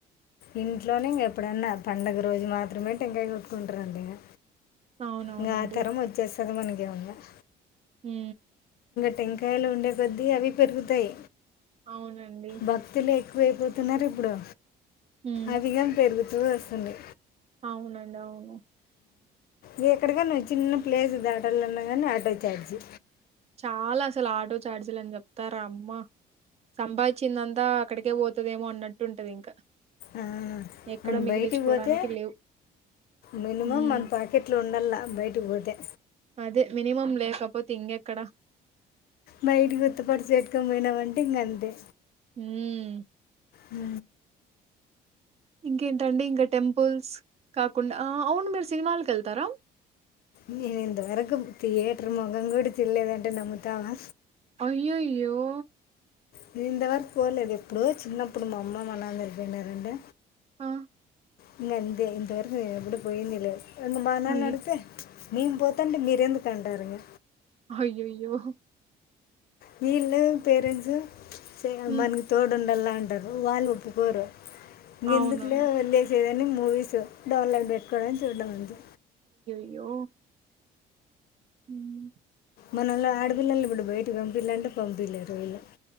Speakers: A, on the left; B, on the right.
A: ఇంట్లోనే ఇంక ఎప్పుడన్నా పండుగ రోజు మాత్రమే టెక్కాయ కొట్టుకుంటారంటా ఇంక
B: అవునవునండి.
A: ఇకా తరం వచ్చేసి <unintelligible>
B: ఉ
A: టెంకాయలు ఉండే కొద్ది అవిపెరుగుతాయి
B: అవునండి.
A: భక్తి లే ఎక్కువైపోతున్నారు ఇప్పుడు
B: హ్మ్.
A: అదికం పెరుదు చూ వేస్తుంది
B: అవునండి అవును
A: ఇ ఎక్కడక నువ్వు చిన్న ప్లేస్ దాటాలన్నా కాని ఆటో చార్జి
B: చాలా అసలు ఆటో చఛార్జీలు అని చెప్తారా అమ్మ సంభావించిందంతా అక్కడికే పోతుదేమో అన్నట్టు ఉంటది ఇంకా
A: ఆ
B: ఎక్కడ
A: మన
B: మిగిలించుకోవడానికి
A: బయటికి పోతే
B: లేవు
A: మినిమం
B: ఉమ్
A: మన పాకెట్లు ఉండలా బయటకి పోతే
B: అదే మినిమం లేకపోతే ఇ అక్కడ
A: బయటి గుర్త్త పరిచట్టుకని పోయినామంటే ఇంగ అంతే
B: హ్మ్
A: హ
B: ఇంకేంటండీ ఇంక టెంపుల్స్ కాకుండా ఆ అవును మీరు సినిమాల్కెళ్తరా
A: నేను ఇంతవరకు థియేటర్ ముగం కూడా చూడ్లేదంటే నమ్ముతావా
B: అయ్యయో
A: ను ఇంతవరకు పోలేదు ఎప్పుడు చిన్నప్పుడు మా అమ్మ మా నాన్న ఎళ్లిపోయినారంటే
B: ఆ
A: ఇంగ అంతే ఇంతవరకూ నేనుప్పుడు పోయింది లేదు ఇంగ మా నాన్నని
B: అయ్
A: అడుగుతే చ్ నేను పోతాంటే మీరెందుకు తంటారంగ
B: అయ్యయో హ్
A: నీళ్ళు పేరెంట్స్ సేయ్ అమ్
B: ఉమ్
A: మనకి తోడు ఉండాల అంటారు వాల్ ఓప్పు కోరు ఇంగందుకులే
B: అవునవును
A: వదిలేసేవే అన్ని మూవీసు డవన్లడ్ పెట్టుకోవడం చూడడం అంతే
B: యో మ్మ్
A: మనలో ఆడపిల్లలు ఇప్పుడు బయటకి పంపిలంటే పంపీలేరు వీళ్ళు